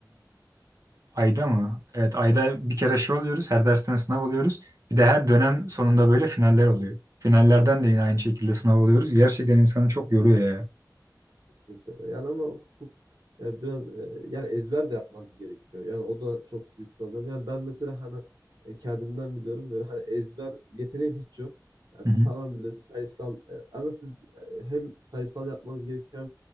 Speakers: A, on the right; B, on the right.
A: Ayda mı? Evet ayda bir kere şey oluyoruz. Her dersten sınav oluyoruz. Bir de her dönem sonunda böyle finaller oluyor. Finallerden de yine aynı şekilde sınav oluyoruz. Gerçekten insanı çok yoruyor ya.
B: Kesinlikle öyle. Yani ama hukuk e, biraz e, yani ezber de yapmanız gerekiyor. Yani o da çok büyük problem. Yani ben mesela hani e, kendimden biliyorum böyle hani ezber yeteneğim hiç yok. Yani
A: Hı hı.
B: tamam böyle sayısal e, ama siz e, hem sayısal yapmanız gerekiyor